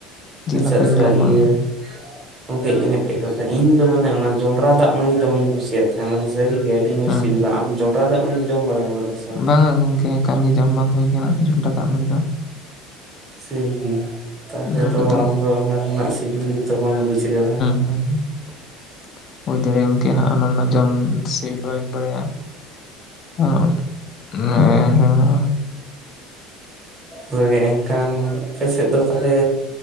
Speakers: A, on the left; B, on the right.
A: ᱡᱤᱞ
B: ᱟᱪᱪᱷᱟ
A: ᱦᱟᱹᱠᱩᱧ
B: ᱟᱪᱪᱷᱟ
A: ᱡᱚᱢᱟ
B: ᱤᱭᱟᱹ
A: ᱾
B: ᱜᱚᱝᱠᱮ ᱤᱧ ᱢᱤᱫᱴᱮᱡ ᱠᱟᱛᱷᱟ ᱤᱧ ᱫᱚ ᱢᱟᱱᱮ ᱚᱱᱟ ᱡᱚᱱᱰᱨᱟ ᱫᱟᱜ ᱢᱟᱹᱲᱤ ᱫᱚᱢᱮᱧ ᱠᱩᱥᱤᱭᱟᱜ ᱛᱟᱦᱮᱸᱱ ᱢᱟᱱᱮ ᱥᱟᱹᱨᱤ ᱜᱮ ᱟᱹᱰᱤ ᱢᱚᱡᱽ
A: ᱦᱮᱸ
B: ᱥᱤᱵᱤᱞᱟ ᱟᱢ ᱡᱚᱱᱰᱨᱟ ᱫᱟᱜ ᱢᱟᱹᱲᱤᱢ ᱡᱚᱢ ᱵᱟᱲᱟᱣ ᱠᱟᱫᱟ?
A: ᱵᱟᱝᱟ ᱜᱚᱝᱠᱮ ᱮᱠᱟᱞ ᱜᱮ ᱡᱚᱢ ᱵᱟᱝ ᱦᱩᱭ ᱠᱟᱱᱟ ᱡᱚᱱᱨᱰᱟ ᱫᱟᱜ ᱢᱟᱹᱲᱤ ᱫᱚ ᱾
B: ᱥᱟᱹᱭ ᱜᱮ ᱛᱟᱦᱚᱞᱮ
A: ᱱᱚᱣᱟ
B: ᱛᱚ
A: ᱠᱚᱫᱚ
B: ᱟᱢ ᱫᱚ ᱚᱱᱟ ᱨᱮᱱᱟᱜ ᱥᱤᱵᱤᱞ ᱜᱮᱛᱚ ᱵᱟᱢ ᱵᱩᱡᱷᱟᱹᱣᱟ ᱾
A: <unintelligible> ᱦᱩᱭ ᱫᱟᱲᱮᱭᱟᱜ-ᱟ ᱜᱚᱝᱠᱮ ᱦᱟᱸᱜ ᱚᱱᱟ ᱡᱚᱢ ᱥᱤᱵᱤᱞ‌ ᱵᱹᱟᱧ ᱵᱟᱲᱟᱭᱟ ᱾ <unintelligible>
B: ᱦᱳᱭ ᱮᱱᱠᱷᱟᱱ ᱟᱯᱮ ᱥᱮᱫ ᱫᱚ ᱛᱟᱦᱚᱞᱮ